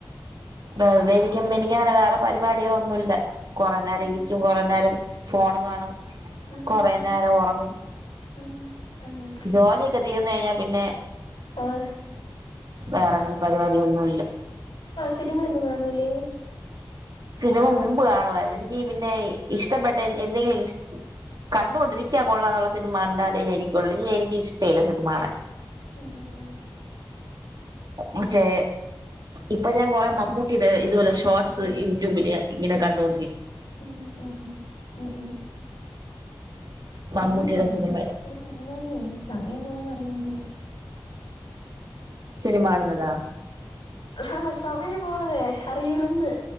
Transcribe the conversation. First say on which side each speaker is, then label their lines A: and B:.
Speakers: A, on the right (about 55°); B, on the left (about 85°).
A: വെറുതെ ഇരിക്കുമ്പ എനിക്കങ്ങനെ വേറെ പരിപാടികളൊ ഒന്നുമ ഇല്ല കൊറെേ നേരം
B: ഉം
A: ഇരിക്കും കൊറേ നേരം ഫോണ് കാണും
B: ഉം ഉം
A: കൊറ നേരം ഉറങ്ങും
B: ഉം അങ്ങനെ
A: ജോലിയൊക്കെ തീർന്ന കഴിഞ്ഞാ പിന്നെ
B: ആഹ്
A: വേറെങ്ങനെ പരിപാടിയൊന്നുമല്ല
B: സിനിമയന്നും കാണൂലേ
A: സിനിമ മുമ്പ് കാണുവമായിരുന്നു എനിക്ക് പിന്നെ ഇഷ്ടപ്പെട്ട എന്തെങ്കിലും കണ്ടൊണ്ടിരിക്കാൻ കൊള്ളാംന്നുള്ള സിനിമ ഉണ്ടാലേ ഞ ഇരിക്കുള്ളനി എനിക്ക് ഇഷ്ടമല്ല സിനിമണ്
B: ഉ ഉം ഉം
A: മറ്റേ ഇപ്പൊ ഞാൻ കൊറ മമ്മൂട്ടിയുടെ ഇതുപോലെ ഷോർട്സ് യൂട്യൂബില് െ കണ്ടോണ്ടി
B: ഉ ഉ ഉ ഉ ഉ
A: മമ്മൂട്ടിയുടെ
B: ഫോണിലൊക്കെ
A: സിനിമല്ല
B: എപ്പോഴും ഇരുന്നാലേ സമയം പോണത് അറിയൂല
A: സിനിമാണുന്നതാ
B: അല്ല സമയം പോണതേ അറിയൂലന്ന്